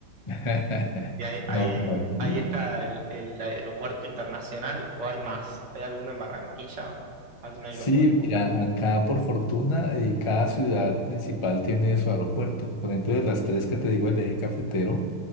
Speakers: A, on the left; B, on the right.
A: <laughs>
B: Y ahí, ahí,
A: No, por aquí.
B: ahí está el, el aeropuerto internacional, ¿o hay más? ¿Hay alguno en Barranquilla? ¿Algún aeropuerto?
A: Sí, mira, acá por fortuna eh, cada ciudad principal tiene su aeropuerto. Por ejemplo, de las tres que te digo, del eje cafetero,